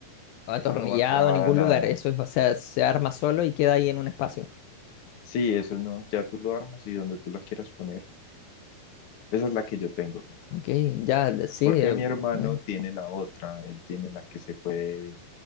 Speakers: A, on the left; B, on the left.
A: atornillado
B: Esa no va clavada
A: en ningún
B: a nada.
A: lugar. Eso es, o sea, se arma solo y queda ahí en un espacio.
B: Sí, eso no, ya tú lo armas y donde tú la quieras poner. Esa es la que yo tengo.
A: Ok, ya, de- sí,
B: Porque
A: eh,
B: mi hermano
A: buena.
B: tiene la otra, él tiene la que se puede,